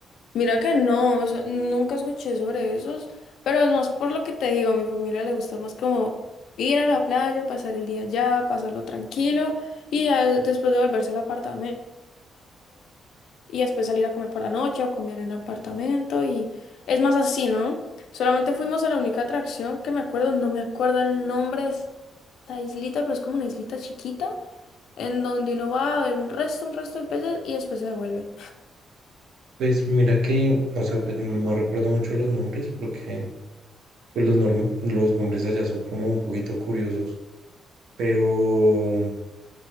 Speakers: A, on the left (about 75°); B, on the right (about 85°).
A: mira que no, o sea, nunca escuché sobre esos, pero es más por lo que te digo, a mi familia le gusta más como ir a la playa, pasar el día allá, pasarlo tranquilo y ya de- después de volverse al apartamento y después salir a comer por la noche o comer en el apartamento y es más así, ¿no? Solamente fuimos a la única atracción que me acuerdo, no me acuerdo el nombre de esa islita, pero es como una islita chiquita en donde uno va a ver un resto, un resto de peces y después se devuelve.
B: Pues mira que, o sea, pues no recuerdo mucho los nombres porque pues los, norm- los nombres allá son como un poquito curiosos, pero,